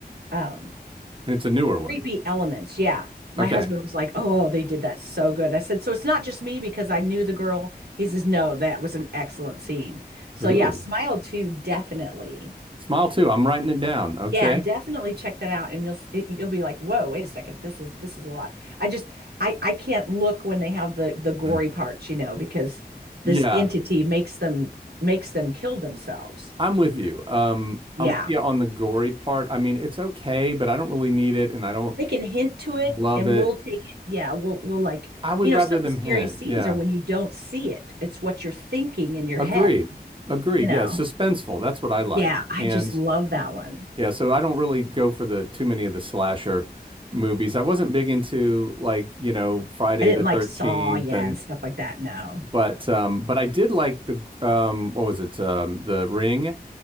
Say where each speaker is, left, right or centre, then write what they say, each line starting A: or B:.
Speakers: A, on the right (about 80°); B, on the right (about 30°).
A: um,
B: And it's a newer one.
A: creepy elements. Yeah. My
B: Okay.
A: husband was like, "Oh, they did that so good." I said, "So it's not just me because I knew the girl." He says, "No, that was an excellent scene." So
B: Ooh,
A: yeah, Smile too, definitely.
B: Smile Two. I'm writing it down. Okay.
A: Yeah, definitely
B: <sighs>
A: check that out, and you'll s- it, you'll be like, "Whoa, wait a second, this is this is a lot." I just I I can't look when they have the the gory
B: <laughs>
A: parts, you know, because
B: Yeah.
A: this entity makes them makes them kill themselves.
B: I'm with
A: You know?
B: you. Um,
A: Yeah.
B: I'm with you on the gory part. I mean, it's okay, but I don't really need it and I don't
A: They can hint to it
B: love
A: and
B: it.
A: we'll take it. Yeah, we'll we'll like,
B: I would
A: you
B: rather
A: know, some of
B: them
A: the scariest
B: hint.
A: scenes
B: Yeah.
A: are when you don't see it. It's what you're thinking in your
B: Agreed.
A: head,
B: Agreed.
A: you know.
B: Yeah. Suspenseful. That's what I like.
A: Yeah, I
B: And
A: just love that one.
B: yeah, so I don't really go for the too many of the slasher movies. I wasn't big into like, you know, Friday
A: I didn't
B: the 13th
A: like Saw, yeah,
B: and
A: and stuff like that. No.
B: but um but I did like the um what was it? Um The Ring.